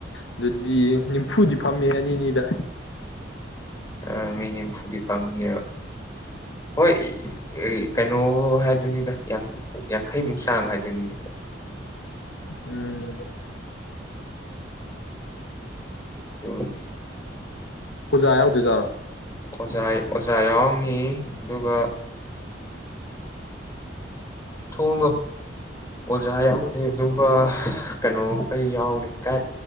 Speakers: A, on the left (about 85°); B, on the left (about 20°).
A: ꯑꯗꯨꯗꯤ ꯅꯤꯝꯐꯨꯗꯤ ꯐꯝꯃꯤ ꯑꯅꯤꯅꯤꯗ
B: ꯑ ꯃꯤ ꯅꯤꯐꯨꯗꯤ ꯐꯝꯅꯦ ꯍꯣꯏ ꯎꯝ ꯀꯩꯅꯣ ꯍꯥꯏ ꯑꯗꯨꯅꯤꯗ ꯌꯥꯡꯈꯩꯃꯨꯛ ꯆꯥꯡ ꯍꯥꯏꯗꯨꯅꯤꯗ
A: ꯎꯝ
B: ꯇꯨ
A: ꯄꯨꯖꯥ ꯌꯥꯎꯗꯖꯥꯔꯣ
B: ꯑꯣꯖꯥ ꯑꯣꯖꯥ ꯌꯥꯎꯅꯤ ꯑꯗꯨꯒ ꯊꯣꯡꯗꯣ ꯑꯣꯖꯥ ꯌꯥꯎꯅꯤ ꯑꯗꯨꯒ ꯀꯩꯅꯣꯈꯩ ꯌꯥꯎꯅꯤ ꯒ